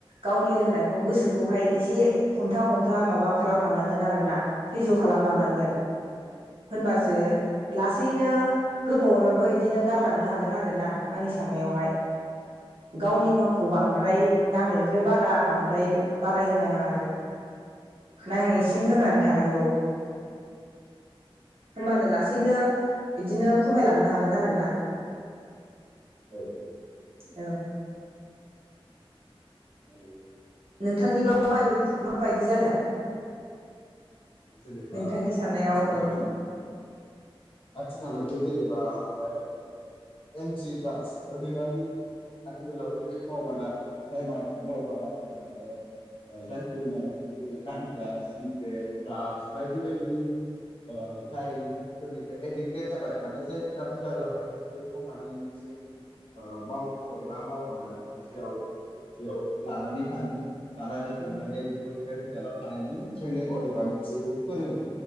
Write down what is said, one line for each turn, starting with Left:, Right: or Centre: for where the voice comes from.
Right: गावनि लोंनायखौ गोसोखौहाय एसे हमथा हमथा माबा खालामलांनांगोन आरोना थैज्य खालामलांनांगोन। होनबासो लासैनो गोबावैबाबो इदिनो गारलांनो हागोन आरो ना आंनि साननाययावहाय। गावनि मनखौ बांद्राय नांनायनिफ्राय बारा बांद्राय बाराय होनाङा आरो नांनायसिम लोंनानै थानांगौ। होमबानो लासैनो इदिनो खमायलांनो हागोन आरोना।
Left: औ।
Right: औ।
Left: मा होनदो
Right: नोंथांनिबा माबाय माबायदि जागोन?
Left: जेनेबा
Right: नोंथांनि साननायाव
Left: आथिखालाव
Right: ओं
Left: आथिखालावथ' जेनेबा ओ एन्टि ड्राग्स अदेबानि आथिखालावबो ओरैबायदि मावबादा दं जाय मावबादाफोरा माने जायफोर माने जेरै गान्जा सिग्रेट द्राग्स बायदि बायदि ओ जायफोरनिफ्राय एडिक्टेड जाबाय माने जायफोरा हुदा जाबाय बेफोरखौ माने मोनसे ओ मावख' एबा मावबादा जेराव बेयाव लानानै थाङो लानानै
Right: ओं
Left: थांनानै बेफोरनिफ्राय गोजानाव थानायनि ट्रेनिं माने बिसोरखौ फोरोङो।